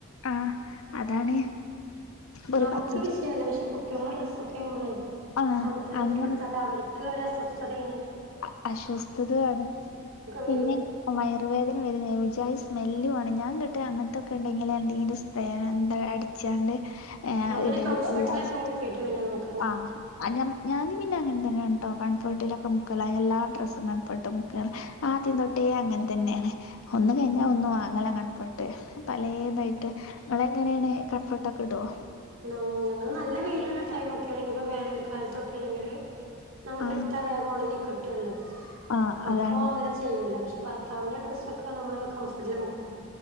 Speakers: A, on the left; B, on the right.
A: ആഹ് അതാണ് ഒരു
B: നമുക്ക്
A: പച്ചച്ച്
B: വിഷയല്ല പക്ഷെ കുട്ട്യാളെ ഡ്രസ്സൊക്കെ യമ്മളെ
A: ആഹ്
B: തണുത്തത്
A: അങ്ങനെ
B: ഇട്ടൊട്ത്താല് അവര് ക്ക് ഒരസ്വസ്ഥതതേണ്
A: അ അശ്വസ്ഥകാണും
B: വരും
A: പിന്നെ വയറുവേദന വരുന്നെ ഒര്ജായി സ്മെല്ലു ആണ് ഞാൻ കേട്ടെ അങ്ങൻത്തൊക്കെ ണ്ടെങ്കിൽ എന്തെങ്കിലും പേന ന്താ അടിച്ചാണ്ട് ഏഹ്
B: ആ പിന്നെ
A: ഇടല്
B: കംഫർട്ടിലൊക്കെ
A: അല്ലാതെ
B: മുക്കിയിട്ട് പിന്നെ നോക്ക്
A: ആഹ് അൻ ഞാനും പിന്നങ്ങൻ തന്നേണ് ട്ടോ കൺഫേട്ട്ലൊക്കെ മുക്കല എല്ലാ ഡ്രസ്സും കൺഫേട്ട് മുക്കല ആദ്യം തൊട്ടേ അങ്ങൻ തന്നേണ് ഒന്ന് കഴിഞ്ഞാ ഒന്ന് വാങ്ങല കൺഫേർട്ട് പലേതായിട്ട് ങ്ങളെങ്ങനേണ് കംഫർട്ടൊക്കെ ടോ
B: നങ് ഞങ്ങൾ നല്ല വെയ് ള്ള ടൈമൊക്കേണെങ്കിൽ പ്പ വേനൽക്കാൽത്തൊക്കേണെങ്കില് നമ്മക്ക്ട്ടാ
A: ആഹ്
B: വേഗൊണങ്ങി കിട്ട്വല്ലോ
A: ആഹ് അതാണ്
B: അപ്പൊ അങ്ങ നെ ചെയ്യൂല പക്ഷെ ഭർത്താവിന്റെ ഡ്രസ്സൊക്കെ നമ്മള് കംഫർട്ടിൽ മുക്കും